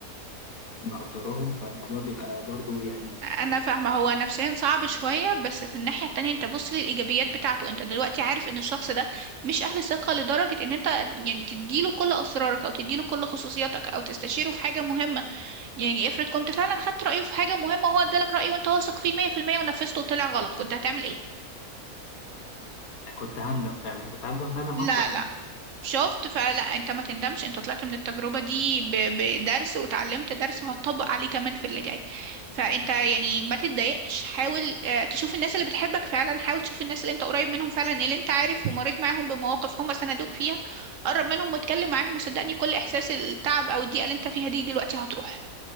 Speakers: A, on the left (about 75°); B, on the right (about 65°).
A: مقدراهم فالموضوع بيبقى برضو يعني
B: انا فاهمه هو نفسيا صعب شويه بس في الناحيه التانية انت بص للايجابيات بتاعته انت دلوقتي عارف ان الشخص ده مش اهل ثقه لدرجه ان انت يعني تديله كل اسرارك او تديله كل خصوصياتك او تستشيره في حاجه مهمه يعني افرض كنت فعلا خدت رايه في حاجه مهمه وهو ادالك رايه وانت واثق فيه 100% ونفذته وطلع غلط كنت هتعمل ايه
A: أنا كنت هندم فعلا كنت هندم ندم
B: لا
A: اكبر
B: لا
A: من-
B: شفت فلا انت ما تندمش انت طلعت من التجربة دي ب- بدرس وتعلمت درس وهتطبق عليه كمان في اللي جاي فانت يعني ما تتضايقش حاول آه، تشوف الناس اللي بتحبك فعلا حاول تشوف الناس اللي انت قريب منهم فعلا اللي انت عارف ومريت معاهم بمواقف هم سندوك فيها قرب منهم واتكلم معاهم وصدقني كل احساس التعب او الضيقة اللي انت فيها دي دلوقتي هتروح